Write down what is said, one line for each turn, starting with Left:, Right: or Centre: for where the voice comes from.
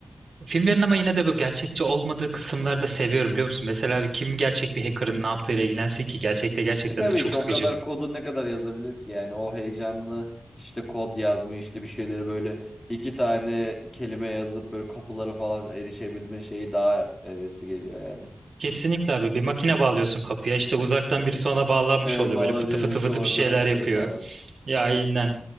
Right: filmlerin ama yine de bu gerçekçi olmadığı kısımları da seviyorum biliyor musun? Mesela abi kim gerçek bir hacker'ın ne yaptığıyla ilgilensin ki gerçekte gerçekten
Left: E tabii
Right: de çok
Left: ki o
Right: sıkıcı.
Left: kadar kodu ne kadar yazabilir ki yani o heyecanlı işte kod yazma işte bir şeyleri böyle iki tane kelime yazıp böyle kapılara falan erişebilme şeyi daha hevesi geliyor yani.
Right: Kesinlikle abi bir makine bağlıyorsun kapıya işte uzaktan birisi ona bağlanmış
Left: Evet
Right: oluyor
Left: bağlanıyor
Right: böyle fıtı fıtı
Left: ve
Right: fıtı
Left: oradan
Right: bir şeyler
Left: açıyor
Right: yapıyor
Left: falan.
Right: ya aynen